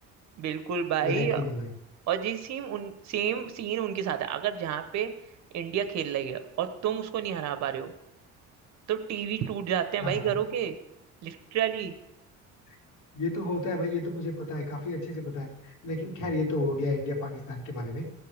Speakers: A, on the right; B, on the left.
A: बिल्कुल भाई
B: ये है कि नहीं भाई
A: और जी सेम उन सेम सीन उनके साथ है अगर जहाँ पे इंडिया खेल रही है और तुम उसको नहीं हरा पा रहे हो तो टीवी टूट जाते हैं
B: हाँ
A: भाई
B: हाँ
A: घरों के लिटरली
B: <laughs> ये तो होता है भाई ये तो मुझे पता है काफी अच्छे से पता है लेकिन खैर ये तो हो गया इंडिया पाकिस्तान के बारे में